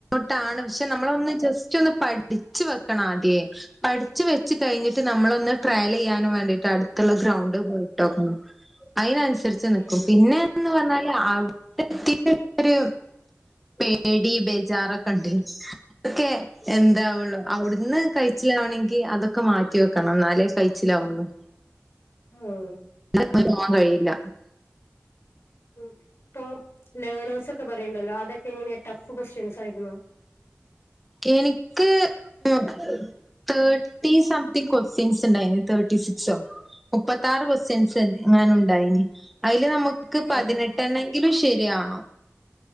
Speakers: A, in the centre; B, on the left.
A: ട്ടാണ് പക്ഷെ നമ്മളൊന്ന് ജസ്റ്റ് ഒന്ന് പഠിച്ച് വെക്കണ ആദ്യേ. പഠിച്ച് വെച്ച് കഴിഞ്ഞിട്ട് നമ്മള ഒന്ന് ട്രയൽ യ്യാ നു വാണ്ടിട്ട് അട്ത്ത്ള്ള ഗ്രൗണ്ട് പോയിട്ടൊക്കെ അയിനൻസരിച്ച് നിക്കും
B: ആഹ്
A: പിന്നെ ന്ന് പർഞ്ഞാല് അഒടെ എത്തിട്ട ഒരു പേടി ബേജാറൊക്കെ ഇണ്ട് അതൊക്കെ എന്താവുള്ളു അഒട്ന്ന് കയ്ച്ചിലാവണെങ്കി അതൊക്കെ മാറ്റി വെക്കണം എന്നാലേ കയ്ച്ചിലാവുള്ളു.
B: ഉം
A: <unintelligible> പോവാൻ കഴിയില്ല.
B: ഉം ഇപ്പൊ ലേണേഴ്സ് ഒക്കെ പറയ്ണ്ടല്ലോ അതൊക്കെ എങ്ങനെയാ ടഫ് ക്വസ്റ്റ്യൻസ് ആയിരുന്നോ
A: എനിക്ക് ആം തേർട്ടി സംതിങ് ക്വസ്റ്റ്യൻസ് ണ്ടായ്നു തേർട്ടി സിക്സോ മുപ്പത്താറ് ക്വസ്റ്റ്യൻസ് എങ്ങാനുണ്ടായിന് അയ്ല് നമുക് ക്ക് പതിനെട്ടെണ്ണെങ്കിലും
B: അതെ
A: ശരിയാവണം